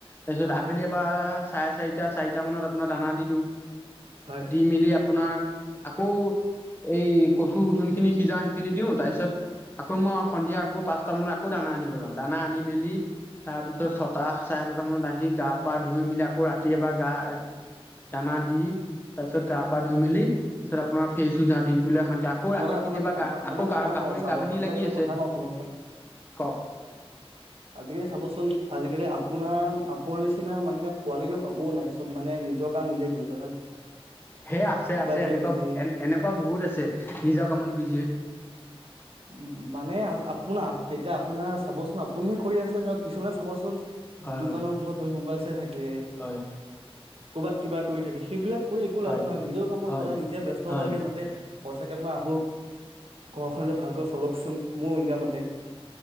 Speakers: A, on the left; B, on the right.
A: তাৰপিছত। আবেলি পৰা চাৰে চাৰিটা চাৰিটা মানত আপোনাৰ দানা দি দিওঁ
B: হয়।
A: দি মেলি আপোনাৰ আকৌ এই কচু যোনখিনি সিজাও সেইখিনি দিওঁ তাৰ পিছত আকৌ মই সন্ধিয়া আকৌ পাচ পাঁচটা মানত আকৌ দানা আনিব যাওঁ দানা আনি মেলি তাৰপিছত ছটা চাৰে ছটা মানত আহি গাপ পা ধুই মেলি আকৌ ৰাতি এবাৰ গা। দানা দি তাৰ পিছত গা পা ধুই মেলি তাৰপিছত আপোনাৰ ফেচ হৈ যাওঁ দিনটোলৈ শান্তি আকৌ ৰাতি
B: মই তাক আপোনাক
A: কেতিয়াবা
B: আপোনাক
A: আকৌ
B: কথা
A: গাহৰি
B: কওঁ চাব
A: গাভিনী
B: আপোনাক
A: লাগি
B: এটা
A: আছে
B: কথা কওঁ শুনকচোন।
A: কওঁক।
B: আজিকালি চাবচোন আজিকালি আপোনাৰ আপোনাৰ নিচিনা মানকে পোৱালিক নো পাবওঁ নাই চব মানে নিজৰ কাম নিজে কৰিছে
A: সেই আছে আছে
B: চোৱাত
A: এনেকুৱা
B: বিজি
A: এ এনেকুৱা বহুত আছে নিজৰ কামত বি
B: উ মানে আ আপোন। এতিয়া আপোনাৰ চাবচোন আপুনিহে কৰি আছে এনেও কিছুমানে চাবচোন
A: হয়
B: দোকানৰ
A: হয়
B: মুখত বহি মোবাইল চাই থাকে
A: হয়
B: ক'ৰবাত কিবা কৰি থাকে। সেইবিলাক কৰি একো লাভ নহাই
A: হয়
B: নিজৰ কামত
A: হয়
B: সদায় নিজে ব্যস্ত
A: হয়
B: হব লাগে যাতে। পইচা কেইটবা আহোক ঘৰখৰে ভালকৈ চলকচোন মোৰ উনক মতে।